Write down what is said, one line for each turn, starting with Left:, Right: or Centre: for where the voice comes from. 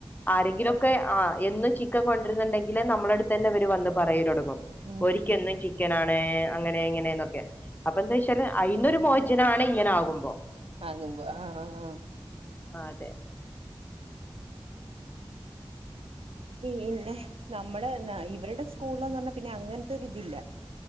Left: ആരെങ്കിലുംക്കെ ആ എന്നും ചിക്കൻ കൊ ണ്ടെങ്കില് നമ്മളെടുത്തനെ ഇവര് വന്ന് പറയല് ഒടങ്ങും
Right: ഉം
Left: ഓരിക് എന്നും ചി ക്കനാണ് അങ്ങനെ ഇങ്ങനെ എന്നൊക്കെ അപ്പൊ എന്തായ്ച്ചാല് അയ്ന്നൊരു മോചനാണ് ഇങ്ങനെ ആകും
Right: ആകുമ്പ ആ ആ
Left: ആ അതെ
Right: പിന്നെ നമ്മള് ഇവരുടെ സ്കൂൾന്ന് പറഞ്ഞാ പിന്നെ അങ്ങനത്തോരി ഇതില്ല